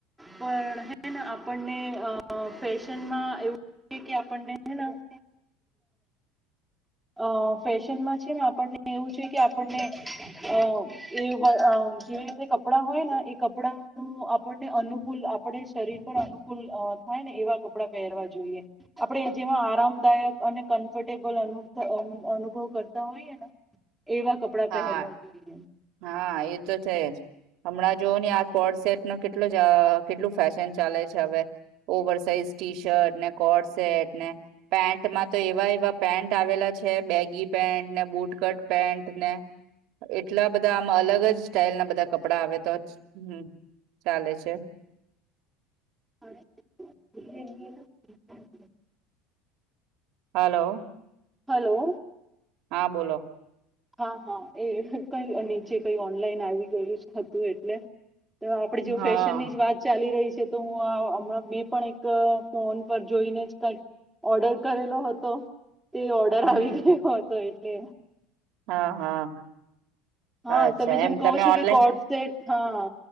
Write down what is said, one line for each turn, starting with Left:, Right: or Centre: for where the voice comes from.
Centre: પણ હે ને આપણને અ ફેશનમા એવુ એ કે આપણને હે ને <inaudible> અ ફેશનમાં છે. ને આપણને એવું છે કે આપણને અ એવ અ જેવી રીતે કપડાં હોયને એ કપડાનું આપણને અનુકૂલ આપડે શરીર પર અનુકૂલ થાય ને એવા કપડાં પહેરવા જોઈએ આપડે જેમાં આરામ દાયક અને કન્ફટે પળ અનુબ ધ અનુ અનુભવ કરતા હોઈએ ને. એવા કપડાં
Right: હા
Centre: પહેરવા જોઈએ.
Right: હા એ તો છે જ હમણાં જોવ ને આ કોડસેેટ નો કેટલો જ કેટલું ફેશન ચાલે છે. હવે ઓવર સાઇઝ ટી શર્ટ ને કોડસેેટ ને પેન્ટમાં તો એવા એવા પેન્ટ આવેલા છે બેગી પેન્ટ ને બુટ કટ પેન્ટ ને એ ટલા બધા આમાં અલગ જ સ્ટાઈલ ના બધા કપડા આવે તો જ હમ ચાલે છે.
Centre: <inaudible>
Right: હાલો.
Centre: હલો.
Right: હા. બોલો.
Centre: હા હા એ કઈ નીચે કઈ ઓનલાઈન આવી ગયું હતું એટલે તો આપડે જો
Right: હા
Centre: ફેશન ની જ વાત ચાલી રહી તો તુ હમણાં મી પણ એક ફોન પર જોઈને જ કઈક ઓર્ડર કરેલો હતો. તે ઓર્ડર
Right: હમ
Centre: આવી ગયો હતો એ કે
Right: હા હા.
Centre: હા
Right: અચ્છા
Centre: તમે જેમ
Right: એમ
Centre: કહો છો
Right: ઓનલાઈન
Centre: કે કોટસેટ હા.